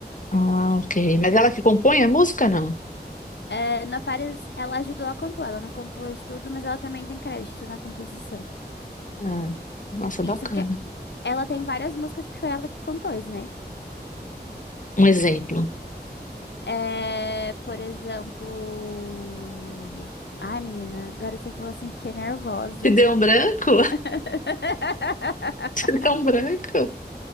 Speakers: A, on the left; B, on the left.
A: Ah, ok. Mas ela que compõe a música, não?
B: É, na Paris, ela ajudou a compor, ela não compôs tudo, mas ela também tem crédito na composição.
A: Ah, nossa, bacana.
B: E só que ela tem várias músicas que foi ela que compôs, né?
A: Um exemplo.
B: É, por exemplo. Ai, menina, agora você falou assim, fiquei nervosa.
A: Te deu um branco?
B: <laughs>
A: <laughs> Te deu um branco?